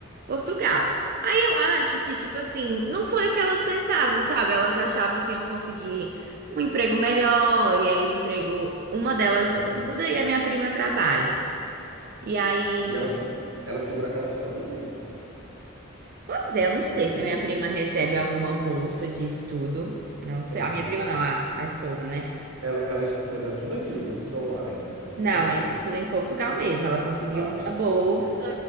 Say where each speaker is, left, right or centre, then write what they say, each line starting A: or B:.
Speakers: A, on the right; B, on the right.
A: Portugal. Aí eu acho que, tipo assim, não foi o que elas pensavam, sabe? Elas achavam que iam conseguir um emprego melhor, e aí o emprego, uma delas
B: Aham.
A: estuda e a minha prima trabalha. E aí,
B: E ela, se, ela segura a casa sozinha?
A: pois é, eu não
B: A
A: sei
B: sua prima?
A: se a minha prima recebe alguma bolsa de estudo. Não sei,
B: Aham.
A: a minha prima não, a, a esposa, né?
B: Ela, ela, est- mas ela estuda aqui, não estuda online. Ela estuda
A: Não,
B: aqui.
A: é tudo em Portugal mesmo. Ela conseguiu
B: Tá,
A: uma bolsa
B: ok,